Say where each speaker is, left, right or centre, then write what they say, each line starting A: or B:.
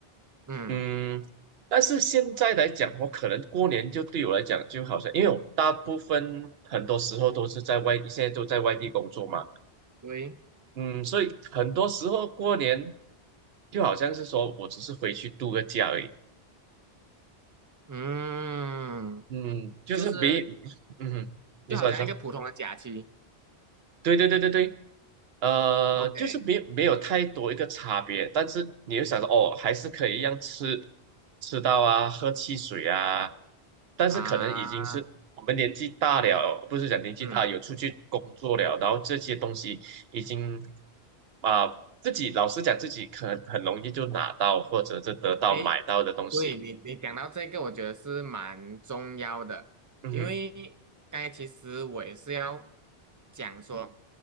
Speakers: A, on the right (about 30°); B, on the right (about 70°).
A: 嗯，
B: 嗯，但是现在来讲，我可能过年就对我来讲，就好像因为我大部分很多时候都是在外，现在都在外地工作嘛，
A: 对，
B: 嗯，所以很多时候过年就好像是说我只是回去度个假而已，
A: 嗯，
B: 嗯，就是没，
A: 就是
B: 嗯，你说你说。
A: 就好像一个普通的假期
B: 对对对对对，呃，
A: ，OK，
B: 就是没没有太多一个差别，但是你又想说，哦，还是可以一样吃吃到啊，喝汽水啊，但是可能已经是我们年纪大了，
A: 啊，
B: 不是讲年纪大，
A: 嗯，
B: 有出去工作了，然后这些东西已经啊、自己老实讲，自己可能很容易就拿到或者是得到买到的东西，
A: 诶，对你你讲到这个，我觉得是蛮重要的，
B: 嗯哼，
A: 因为刚才其实我也是要讲说。